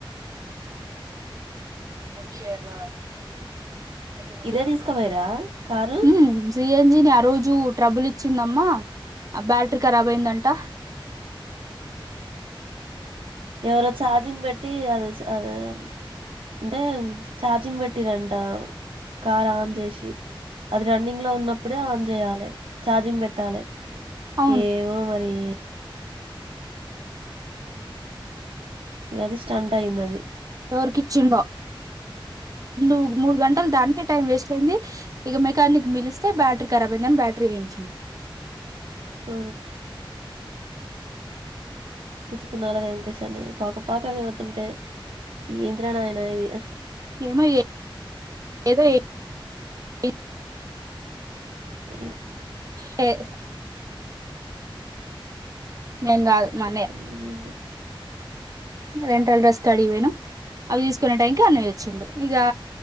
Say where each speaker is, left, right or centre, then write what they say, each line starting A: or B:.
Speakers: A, on the right; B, on the right.
A: మ షేర్ల ఉ
B: ఇదే తీసుకపోయిరా కారు
A: మ్మ్ జీ సిఎన్జిని ఆ రోజు ట్రబుల్ ఇచ్చిందమ్మా ఆ బ్యాటరీ ఖరాబ్ అయిందంట మ్
B: ఎవరో ఛార్జింగ్ పెట్టి అది సో అది అంటే చార్జింగ్ పెట్టిరంట కార్ ఆన్ చేసి అది రన్నింగ్లో ఉన్నప్పుడే ఆన్ చేయాలే ఛార్జింగ్ పెట్టాలే.
A: అవును
B: ఏమో మరి ఇక అది స్టంట్ అయిందది.
A: ఎవరికిచ్చిండో వీళ్ళు మూడు గంటలు దానికే టైం వేస్ట్ అయింది. ఇక మెకానిక్ని పిలిస్తే బ్యాటరీ ఖరాబ్ అయిందని బ్యాటరీ ఏయించ ంచుండు
B: ఆ తిట్టుకున్నాడా వెంకటేష్ అన్నయ్య పాక పాక పోతుంటే ఏందిరా నాయన ఇది.
A: ఏమో ఏ ఏదో ఏ ఎ
B: ఆ
A: <unintelligible> నేన్ కాదు. మా
B: ఆహా
A: రెంటడ్రెస్ అడిగి పోయినం. అవి తీసుకునే టైంకి అన్నయ్య వచ్చిండు ఇగా